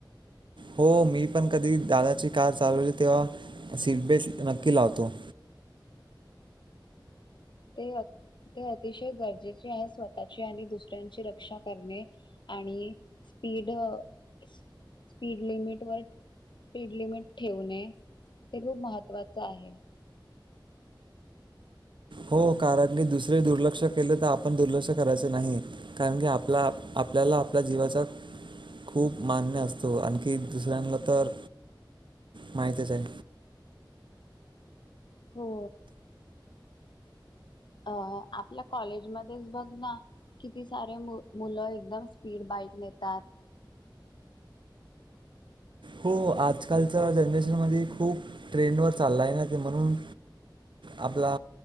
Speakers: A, on the right; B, on the left.
A: हो मी पण कधी दादाची कार चालवली तेव्हा, सीटबेल्ट नक्की लावतो.
B: ते अति ते अतिशय गरजेचे आहे स्वतःची आणि दुसऱ्यांची रक्षा करणे. आणि स्पीड अं स्पीड लिमिट वर स्पीड लिमिटं ठेवणे हे खूप महत्त्वाचं आहे.
A: हो कारण की दुसरे दुर्लक्ष केले तर, आपण दुर्लक्ष करायचे नाही. कारण की आपला आपल्याला आपल्या जीवाचा खूप मान्य असतो, आणखी दुसऱ्यांना तर माहितच आहे.
B: हो, अ आपल्या कॉलेजमध्येचं बघ ना किती सारे मु मुलं एकदम स्पीड बाईक नेतात.
A: हो आजकालच्या जनरेशनमध्ये खूप ट्रेंडवर चाललायं ना ते म्हणून आपला